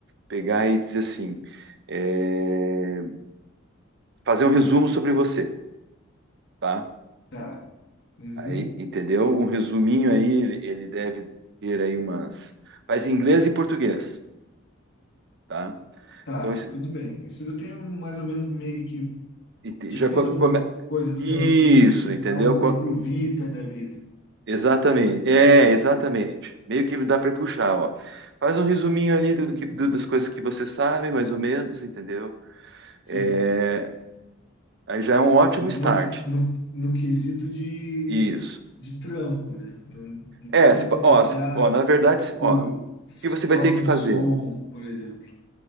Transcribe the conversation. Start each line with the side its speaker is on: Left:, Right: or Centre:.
Right: pegar e dizer assim, é, fazer um resumo sobre você, tá?
Left: tá. Uhum,
Right: Aí, entendeu? Um resuminho aí, ele, ele deve ter aí umas, faz em inglês e português, tá?
Left: tá,
Right: Então, esse-
Left: tudo bem. Isso eu tenho mais ou menos meio que
Right: e te-
Left: já
Right: já
Left: fiz
Right: come,
Left: alguma
Right: come-
Left: coisa no
Right: isso,
Left: relação um-
Right: entendeu?
Left: a um currículo
Right: Co-
Left: vitae da vida.
Right: Exatamente, é, exatamente. Meio que dá para puxar, ó. Faz um resuminho ali do, do que, do- das coisas que você sabe, mais ou menos, entendeu?
Left: Sim.
Right: É, aí já é um ótimo
Left: do-
Right: start.
Left: no, no, no quesito de,
Right: Isso.
Left: de trampo, né? Não, não precisa
Right: É, se,
Left: botar
Right: ó,
Left: assim,
Right: se-
Left: ah,
Right: ó, na verdade, se-
Left: cu-
Right: ó, o
Left: f-
Right: que você vai
Left: toca
Right: ter que
Left: um
Right: fazer?
Left: som, por exemplo.